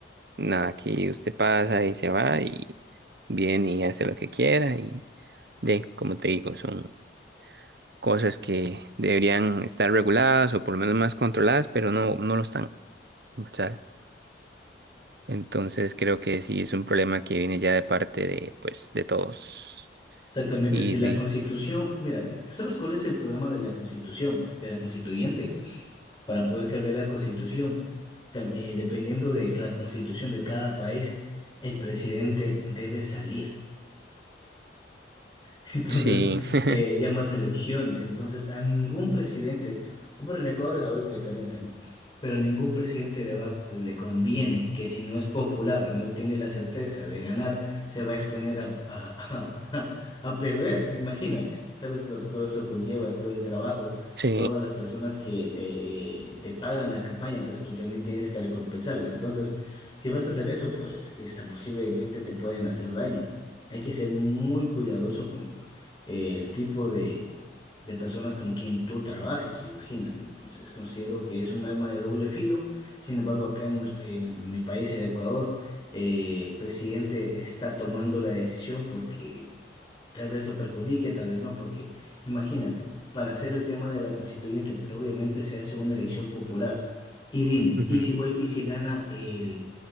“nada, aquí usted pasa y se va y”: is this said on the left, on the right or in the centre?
Right